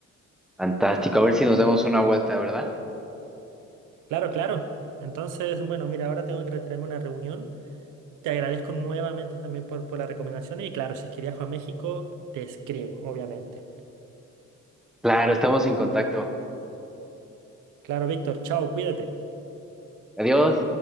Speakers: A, in the centre; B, on the right.
A: Fantástico. A ver si nos damos una vuelta, ¿verdad?
B: Claro, claro. Entonces, bueno, mira, ahora tengo que retirarme a una reunión. Te agradezco nuevamente también por, por las recomendaciones y claro, si es que viajo a México, te escribo, obviamente.
A: Claro, estamos en contacto.
B: Claro, Víctor, chao, cuídate.
A: Adiós.